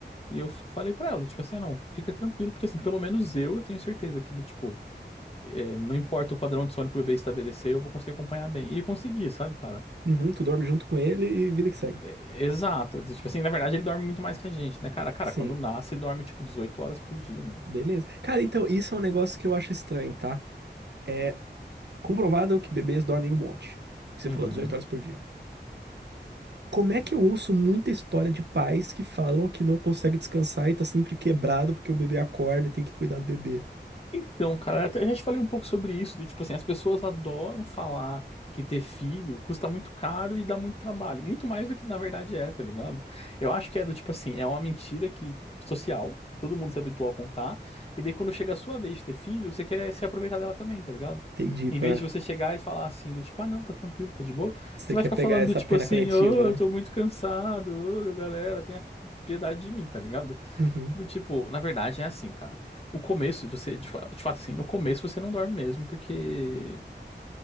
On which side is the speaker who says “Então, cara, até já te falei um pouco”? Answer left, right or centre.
Left